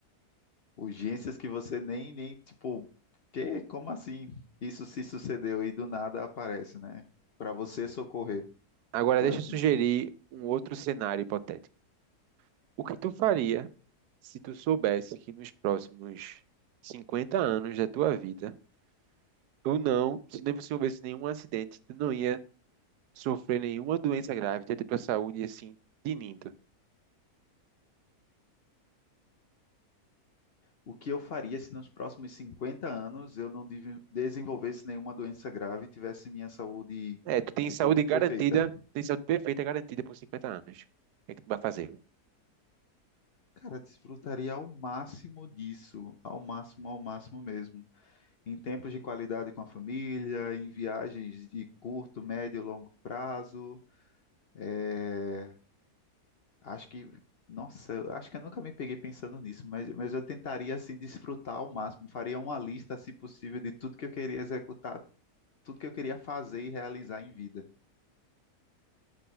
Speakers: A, on the left (about 50°); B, on the right (about 90°).
A: Urgências que você nem, nem, tipo, que, como assim? Isso se sucedeu e do nada aparece, né? Para você socorrer,
B: Agora
A: por
B: deixa
A: assim
B: eu sugerir
A: dizer.
B: um outro cenário hipotético. O que tu faria se tu soubesse que nos próximos 50 anos da tua vida Tu não, se não você houvesse nenhum acidente, tu não ia sofrer nenhuma doença grave, tu ia ter tua saúde assim, tinindo.
A: O que eu faria se nos próximos 50 anos eu não div- desenvolvesse nenhuma doença grave e tivesse minha saúde,
B: É, tu tem
A: tipo,
B: saúde garantida,
A: perfeita?
B: tem saúde perfeita garantida por 50 anos. O que é que tu vai fazer?
A: Cara, desfrutaria ao máximo disso, ao máximo, ao máximo mesmo. Em tempos de qualidade com a família, em viagens de curto, médio e longo prazo. eh, Acho que, nossa, eu acho que eu nunca me peguei pensando nisso, mas, mas eu tentaria, assim, desfrutar ao máximo. Faria uma lista, se possível, de tudo que eu queria executar, tudo que eu queria fazer e realizar em vida.